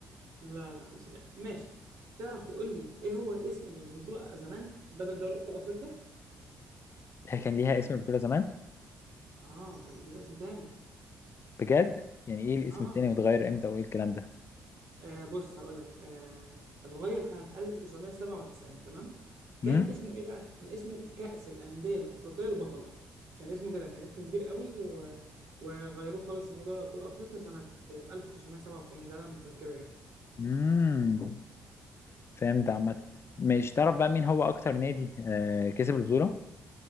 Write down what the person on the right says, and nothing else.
لا لا مش الاهلي ماشي تعرف تقول لي ايه هو اسم البطوله زمان بدل دوري ابطال افريقيا
اه كان ليها اسم تاني
اه
آه بص هقول لك آه اتغير سنة 1997 تمام كان
اسمه ايه بقى؟ كان اسمه كأس الأندية الأفريقية البطلة كان اسمه كده كان اسمه كبير قوي و... وغيروه خالص لموضوع أبطال أفريقيا سنة 1997 ده اللي أنا متذكره يعني
بس